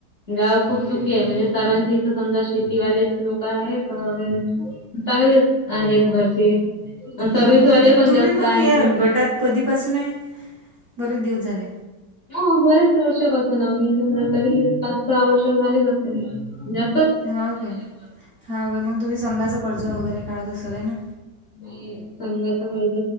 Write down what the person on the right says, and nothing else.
हो ना,
हो ना.
तुम्ही
मग
या
गटात कधीपासून आहे बरेच दिवस झाले.
हाव काय हा मग तुम्ही संघाच कर्ज वगैरे काढत असाल हाय ना.